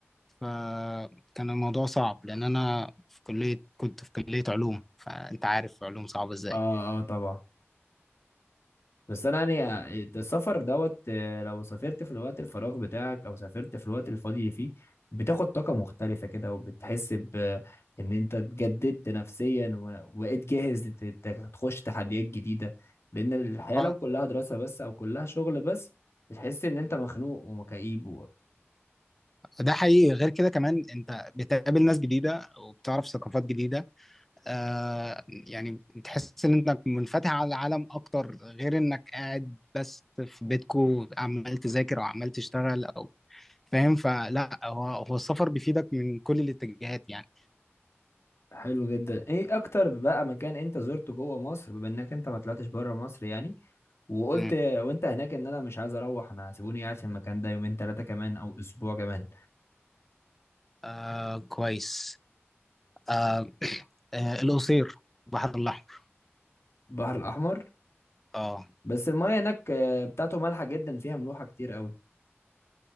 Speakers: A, in the centre; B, on the left.
A: فكان الموضوع صعب لان انا في كليه كنت في كليه علوم فانت عارف علوم صعبه ازاي
B: آه آه طبعا بس انا يعني السفر دوت آه، لو سافرت في الوقت الفراغ بتاعك او سافرت في الوقت الفاضي اللي فيه بتاخد طاقة مختلفة كده وبتحس ب ان انت اتجددت نفسيا و- وبقيت جاهز لت- ت- تخش تحديات جديدة لان الحياة
A: اه
B: لو كلها دراسة بس او كلها شغل بس بتحس ان انت مخنوق ومكئيب و-
A: ده حقيقي غير كده كمان انت بتقابل ناس جديده وبتعرف ثقافات جديده آه يعني تحس ان انك منفتح على العالم اكتر غير انك قاعد بس في بيتكو عمال تذاكر او عمال تشتغل او فاهم فلا هو هو السفر بيفيدك من كل الاتجاهات يعني
B: حلو جدا ايه اكتر بقى مكان انت زرته جوه مصر بما انك انت ما طلعتش بره مصر يعني وقلت
A: مم.
B: وانت هناك ان انا مش عايز اروح انا سيبوني قاعد في المكان ده يومين ثلاثه كمان او اسبوع كمان
A: آه كويس آه آه القصير البحر الاحمر
B: البحر الاحمر
A: اه
B: بس المايه هناك آه، بتاعته مالحه جدا فيها ملوحه كتير قوي